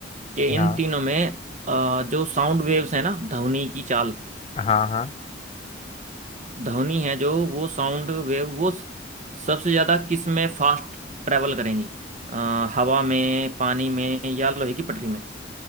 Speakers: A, on the right; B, on the left.
A: कि इन
B: हाँ
A: तीनों में अ, जो साउंड वेव्स है ना ध्वनि की चाल
B: हाँ हाँ
A: ध्वनि है जो वो साउंड वेव वो स- सबसे ज्यादा किस में फास्ट ट्रेवल करेंगी अ, हवा में पानी में या लोहे की पटरी में